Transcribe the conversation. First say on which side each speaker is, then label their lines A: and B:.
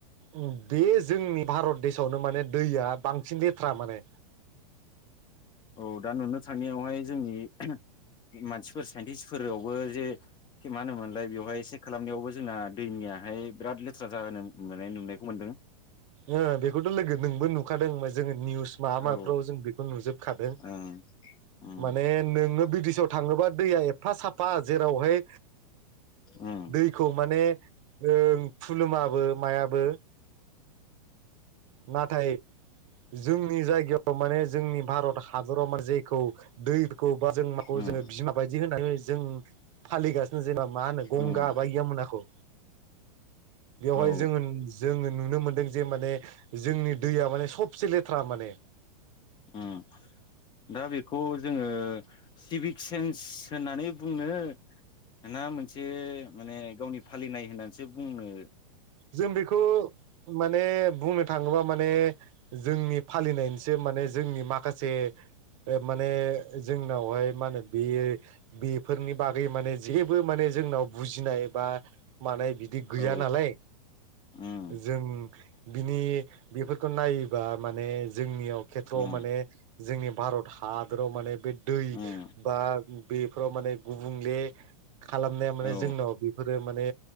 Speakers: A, on the right (about 55°); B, on the left (about 20°).
A: उम बेयो जोंनि भारत देशआवनो माने दैया बांसिन लेथ्रा माने
B: औ दा नुनो थांनायावहाय जोंनि आह मानसिफोर साइन्टिस्फोरावबो जे मा होनोमोनलाय बेवहाय सेख खालामनायावबो जोंना दैमायाहाय बिराद लेथ्रा जानो उम माने नुनायखौ मोनदों
A: ओ बेखौथ' लोगो नोंबो नुखादों जोङो निउस माबा माबिफ्राव
B: औ
A: जों बेखौ नुजोबखादों
B: ओं उम
A: माने नोङो बिडिशाव थाङोबा दैया एफा साफा जेरावहाय
B: उम
A: दैखौ माने ओ खुलुमाबो मायाबो नाथाय जोंनि जायगायाव माने जोंनि भारत हादराव माने जेखौ दैखौ बा जों माखौ
B: उम
A: जोङो बिमा बायदि होननानै जों फालिगासिनो जेनेबा मा होनो गंगा
B: उम
A: बा यामुनाखौ बेवहाय
B: औ
A: जोङो उम जोङो नुनो मोनदों जे माने जोंनि दैया माने सबसे लेथ्रा माने
B: उम दा बेखौ जोङो हिभिक सेन्स होननानै बुंनो ना मोन से माने गावनि फालिनाय होन्नानसो बुङो
A: जों बेखौ माने बुंनो थाङोबा माने जोंनि फालिनायनिसो माने जोंनि माखासे ओ माने जोंनावहाय मा होनो बेयो बेफोरनि बागै माने जेबो माने जोंनाव बुजिनाय बा मानाय बिदि गैया
B: औ
A: नालाय
B: उम
A: जों बिनि बेफोरखौ नायोबा माने जोंनियाव खेथ्रआव
B: उम
A: माने जोंनि भारत हादराव' माने बे दै
B: उम
A: बा उम बेफोराव माने गुबुंले खालामनाया माने
B: औ
A: जोंनाव बेफोरो माने